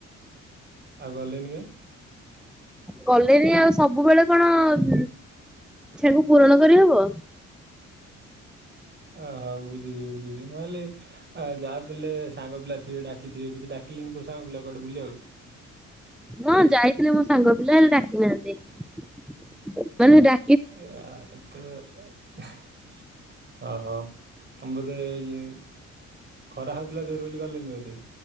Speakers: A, on the right; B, in the centre.
A: ଆଉ ଗଲେନି କାହିଁ
B: ଗଲେନି ଆଉ ସବୁବେଳେ କଣ ଉଁ ଇଚ୍ଛାକୁ ପୂରଣ କରିହବ?
A: ଅ ହଉ ବୁଝୁଛିୁ ବୁଝୁଛି ମୁଁ କହିଲି। ଆ ଯାହା ବି ହେଲେ ସାଙ୍ଗ ପିଲ ଥିବେ ଡାକିଥିବେ କିଛି ଡାକିଲେନି କଉ ସାଙ୍ଗ ପିଲା କୁଆଡେ ବୁଲିବାକୁ?
B: ହଁ ଯାଇଥିଲେ ମୋ ସାଙ୍ଗ ପିଲା ହେଲେ ଡାକି ନାହାଁନ୍ତି ମାନେ ଡ଼ା
A: ଏୟା ତ। ଅହୋ ତମେ ବଧେ ଇଏ। ଖରା ହଉଥିଲା ଜୋର ବୋଲି ଗଲେନି ବୋଧେ?